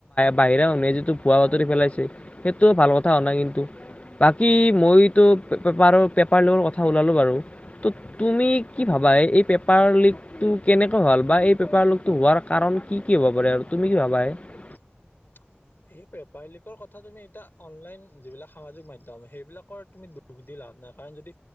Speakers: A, on the left; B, on the left.
A: বাহিৰা মানুহে যিটো ভুৱা বাতৰি পেলাইছে সেই তো ভাল কথা হোৱা নাই কিন্তু বাকী মইতো পাৰ পেপাৰ লিকৰ কথা ওলালোঁ বাৰু তো তুমি কি ভাবা এই পেপাৰ লিকটো কেনেকৈ হয়? বা এই পেপাৰ লকটো হোৱাৰ কাৰণ কি কি হ'ব পাৰে আৰু তুমি কি ভাবা এ
B: <inaudible> এই পেপাৰ লিকৰ কথা তুমি এতিয়া অনলাইন যিবিলাক সামাজিক মাধ্যম সেইবিলাকৰ তুমি দুখ দিলা। নাই কাৰণ যদি